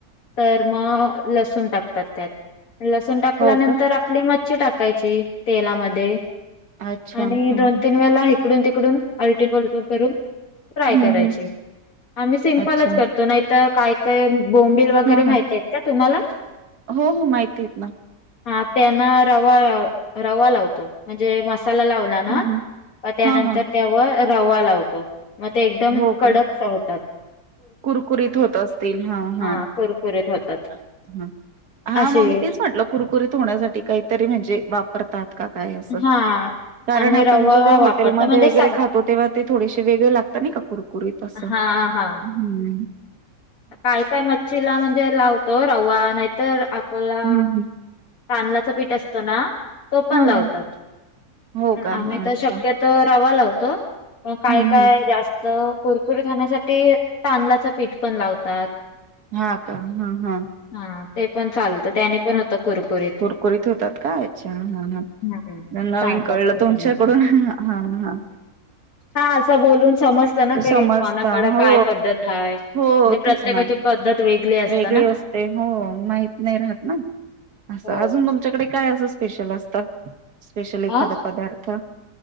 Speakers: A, on the left (about 65°); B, on the right (about 80°).
A: तरं मंग लसूणं टाकतांत त्यांत लसूणं टाकल्यानंतर
B: हो का?
A: आपली मच्छ टाकांयची तेलांमध्यें
B: अच्छा.
A: आणि
B: हां,
A: दोन
B: हां.
A: तीनं वेळेलां ईकडूंन तिकडूंन आंलटी पलटी करूंन फांय
B: हं,
A: करांयची
B: हं.
A: आम्हीं सिम्पलच
B: अच्छा.
A: करतो नाहींत कायं कायं बोंबिल वगैरें
B: हां,
A: माहित
B: हां.
A: कां तुम्हांला चं
B: हो हो माहिती आहेतं नां मलां
A: हां त्यांना रवां रवां लावतो म्हणजे मसांला लावंला
B: हं, हं.
A: त्यांनंतर
B: हां, हां.
A: त्यांवर रवां लावतो मंग ते एकदंम
B: हो
A: कडक
B: का?
A: सं होतांत
B: कुरकुरीत होतं असतील हां हं
A: हा कुरकुरीत होतात
B: हां
A: असे
B: मम्मी तेचं म्हटलं कुरकुरीत होण्यांसाठी कांहींतरी म्हणजे वापरतांत कां कायं ही तरी असं
A: हा
B: कारणं
A: आम्ही
B: आपणं
A: रवा
B: जेव्हां
A: वापरतो
B: हॉटेलमध्यें
A: म्हणजे
B: वगैरें
A: सग
B: खातो तेव्हां ते थोडेसे वेगळे लागतांत नाहीं कां कुरकुरीत
A: हां हां
B: हम्म.
A: काय काय मच्छीला म्हणजे लावतो रवा नाहीत. तर आपोला
B: हं, हं.
A: तांदलाच पीठ असतो ना तो पण
B: हां,
A: लावतात.
B: हां. हो
A: पण
B: का?
A: आम्ही तर
B: अच्छा.
A: शक्यतो रवा लावतो पण काय
B: हं,
A: काय
B: हं.
A: जास्त कुरकुरीत होण्यासाठी तांदलाच पीठ पण लावतात.
B: हा का? हम् हम्.
A: हा ते पण चालतं, त्याने पण होत कुरकुरीत.
B: कुरकुरीत होतात का? अच्छा हं हं.
A: हम्म
B: नन नवीन
A: तांदळाचं
B: कळलं
A: पीठ
B: तुमच्याकडून
A: लावलं की.
B: हां हा हा हा.
A: हा आसं बोलून समजत ना की,
B: समजता
A: कोणाकडं
B: हो
A: काय पद्धत हाय.
B: हो
A: म्हणजे प्रत्येकाची
B: तेच ना
A: पद्धत असते
B: वेगळी
A: ना.
B: असते. हो माहित नाही राहत ना. असं
A: हो.
B: अजून तुमच्याकडे काय असं स्पेशल असतं स्पेशल एखादा
A: हा
B: पदार्थ?